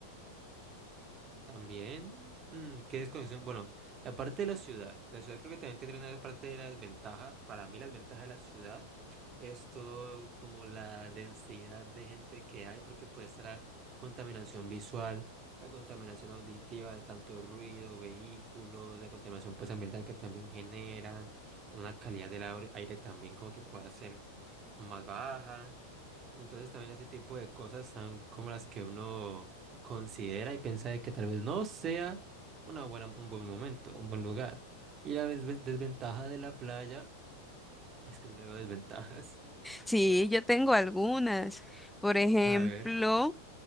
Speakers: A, on the right (about 30°); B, in the centre.
A: También, mm, qué desconexión. Bueno, la parte de la ciudad, la ciudad creo que también tendría una parte de la desventaja. Para mí, la desventaja de la ciudad es todo como la densidad de gente que hay, porque puede estar la contaminación visual, la contaminación auditiva de tanto ruido, vehículos, la contaminación pues ambiental que también generan, una calidad del aire aire también como que pueda ser más baja. Entonces también ese tipo de cosas son como las que uno considera y piensa de que tal vez no sea una buena, un buen momento, un buen lugar. Y la desven- desventaja de la playa es que no le veo desventajas.
B: Sí, yo tengo algunas. Por ejemplo,
A: <laughs> A ver.